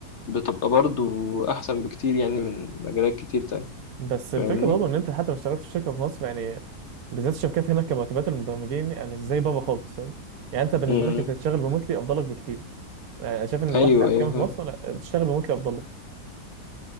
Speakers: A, on the left; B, on the right.
A: بتبقى برضو احسن بكتير يعني من مجالات كتير تانية
B: بس الفكره
A: فاهمني
B: برضه ان انت حتى لو اشتغلت في شركه في مصر يعني بالذات الشركات هنا كمرتبات المبرمجين آه، مش زي بابا خالص فاهم يعني انت بالنسبه
A: امم
B: لك انت تشتغل ريموتلي افضل لك بكتير يعني انا شايف ان
A: ايوه
B: الواحد على
A: ايوه
B: كامل
A: فاهم
B: في مصر لا تشتغل ريموتلي افضل لك